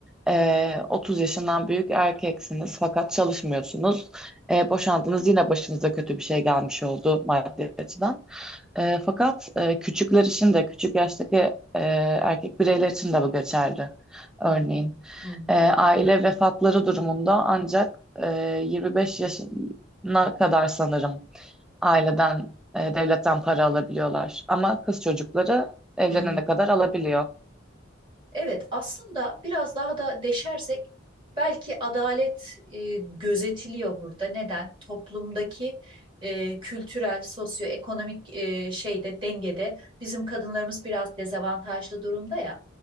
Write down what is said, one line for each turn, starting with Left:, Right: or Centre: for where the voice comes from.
Centre: e, 30 yaşından büyük erkeksiniz fakat çalışmıyorsunuz. E, boşandınız yine başınıza kötü bir şey gelmiş oldu maddi açıdan. E, fakat e, küçükler için de küçük yaştaki e, erkek bireyler için de bu geçerli. Örneğin
Right: Hı hı. Hı hı.
Centre: e, aile vefatları durumunda ancak e, 25 yaşına kadar sanırım aileden, e, devletten para alabiliyorlar. Ama kız çocukları evlenene
Right: Hı hı.
Centre: kadar alabiliyor.
Right: Evet, aslında biraz daha da deşersek belki adalet e, gözetiliyor burada. Neden? Toplumdaki e, kültürel, sosyoekonomik e, şeyde dengede bizim kadınlarımız biraz dezavantajlı durumda ya.